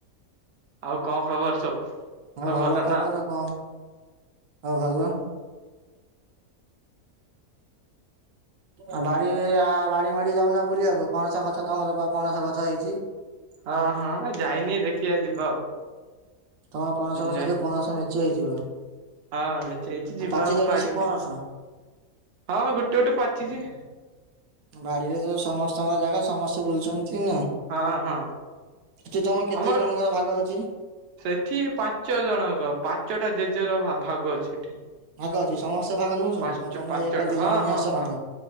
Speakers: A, on the right (about 55°); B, on the right (about 75°).
A: ଆଉ କଣ ଖବର ସବୁ?
B: ହଉ
A: ସବୁ
B: ଭଲ ଖବ
A: ନା?
B: କଣ ହଁ ଭଲ? ଆଉ ବାଡ଼ିରେ ଆ ବାଡ଼ି ମାଡ଼ି ଯାଉନା ବୁଲିବାକୁ ପଣସ ଗଛ ତମର ପଣସ ଗଛ ହେଇଛି।
A: ହଁ ହଁ ଯାଇନି ଦେଖିବା ଯିବା ଆଉ।
B: ତମର ପଣଷ ଗଛରେ
A: ନାଇଁ
B: ପଣଷ ମେଞ୍ଚେ ହେଇଥିବ।
A: ହଁ ମେଞ୍ଚେ ହେଇଚି ଯିବା
B: ପାଚିଲାଣି
A: ଆଉ ପାରିବା।
B: ସେ ପଣସ।
A: ହଁ ଗୋଟେ ଗୋଟେ ପାଚିଛି।
B: ବାଡିରେ ତ ସମସ୍ତଙ୍କ ଜାଗା ସମସ୍ତେ ବୁଲୁଛନ୍ତି। ନା
A: ହଁ ହଁ।
B: ସେଠି ତମ କେତେ
A: ଆମର
B: ଜଣଙ୍କର ଭାଗ ଅଛି।
A: ସେଠି ପାଞ୍ଚ ଜଣଙ୍କ ପାଞ୍ଚଟା ଜେଜେର ଭା ଅଛି ଏଠି
B: ଭାଗ ଅଛି ସମସ୍ତେ ଭାଗ ନଉଛନ୍ତି
A: ପା-ପାଞ୍ଚଟା
B: ନା ତମେ ଏକ ଦି ଜଣ
A: ହଁ
B: ନେଇ
A: ହଁ
B: ଆସ
A: ହଁ।
B: ଭାଗ